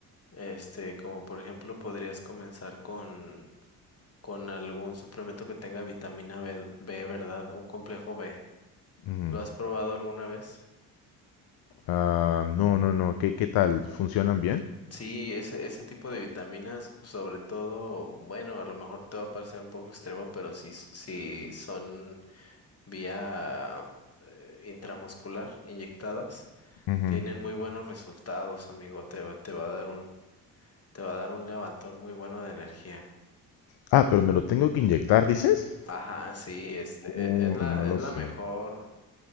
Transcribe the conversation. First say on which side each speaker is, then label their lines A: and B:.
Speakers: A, on the left; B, on the left.
A: este, como por ejemplo podrías comenzar con, con algún suplemento que tenga vitamina B, B, ¿verdad? Un complejo B.
B: Ujú.
A: ¿Lo has probado alguna vez?
B: Ah, no, no, no. ¿Qué, qué tal? ¿Funcionan bien?
A: Sí, ese, ese tipo de vitaminas, sobre todo, bueno, a lo mejor te va a parecer un poco extremo, pero si, si son vía eh, intramuscular inyectadas,
B: Ujú.
A: tienen muy buenos resultados, amigo. Te va, te va a dar un, te va a dar un levantón muy bueno de energía.
B: Ah, pero me lo tengo que inyectar, ¿dices?
A: Ajá, sí, este,
B: Uy,
A: e- es la,
B: no
A: es
B: lo
A: la
B: sé.
A: mejor,